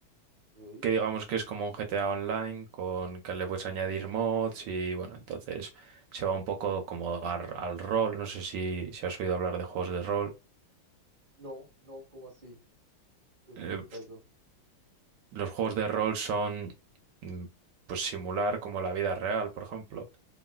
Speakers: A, on the right (about 35°); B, on the right (about 70°).
A: Ok.
B: que digamos que es como un GTA online con que le puedes añadir mods y bueno, entonces se va un poco como ar- al rol, no sé si, si has oído hablar de juegos de rol.
A: No, no, ¿cómo así? ¿Qué
B: Eh,
A: significa eso?
B: Los juegos de rol son mm, pues simular como la vida real, por ejemplo.